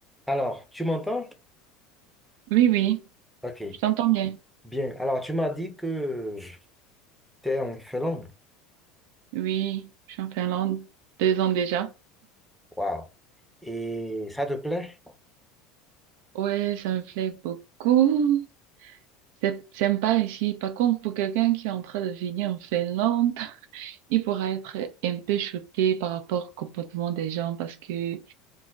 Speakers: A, in the centre; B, on the right.
A: Alors, tu m'entends?
B: Oui, oui,
A: Ok,
B: je t'entends bien.
A: bien. Alors, tu m'as dit que tu es en Finlande.
B: Oui, je suis en Finlande deux ans déjà.
A: Waouh. Et ça te plaît?
B: Ouais, ça me plaît beaucoup. C'est sympa ici. Par contre, pour quelqu'un qui est en train de venir en Finlande, <laughs> il pourra être un peu choqué par rapport au comportement des gens parce que